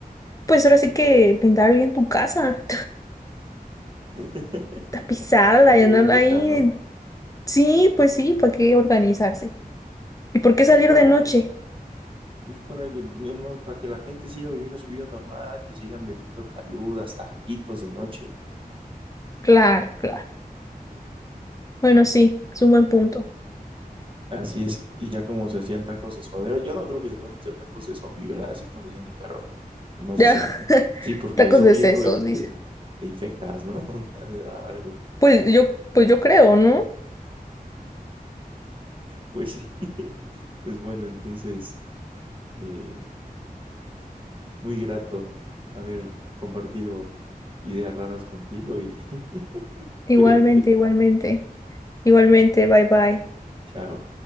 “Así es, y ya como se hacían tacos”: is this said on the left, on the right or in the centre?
Right